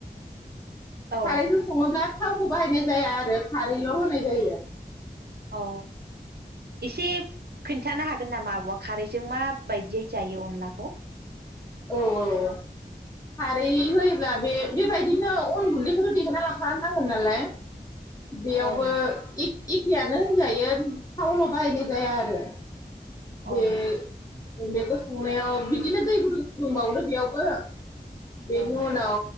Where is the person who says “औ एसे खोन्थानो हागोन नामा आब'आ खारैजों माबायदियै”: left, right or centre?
Right